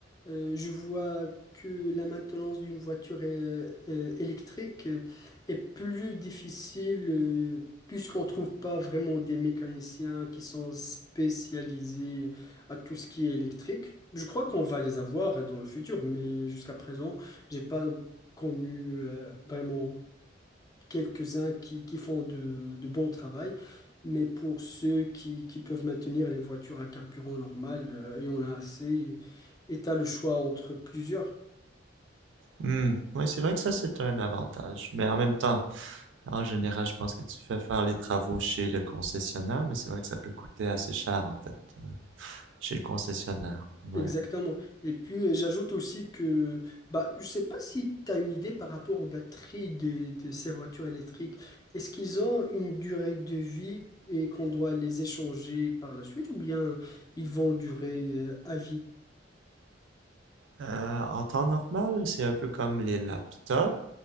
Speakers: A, on the left; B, on the right.
A: Euh, je vois que la maintenance d'une voiture euh, euh, électrique euh, est plus difficile, euh, puisqu'on ne trouve pas vraiment des mécaniciens qui sont spécialisés à tout ce qui est électrique. Je crois qu'on va les avoir dans le futur, mais jusqu'à présent, j'ai pas connu euh, vraiment quelques-uns qui, qui font de, de bons travail. Mais pour ceux qui, qui peuvent maintenir les voitures à carburant normal, euh, il y en a assez. Et tu as le choix entre plusieurs.
B: Hmm. Ouais, c'est vrai que ça, c'est un avantage, mais en même temps, en général, je pense que tu fais faire les travaux chez le concessionnaire, mais c'est vrai que ça peut coûter assez cher en fait, chez le concessionnaire. Ouais.
A: Exactement. Et puis, euh, j'ajoute aussi que bah, je sais pas si tu as une idée par rapport aux batteries de, de ces voitures électriques. Est-ce qu'ils ont une durée de vie et qu'on doit les échanger par la suite ou bien ils vont durer euh, à vie?
B: Euh, en temps normal, c'est un peu comme les laptops,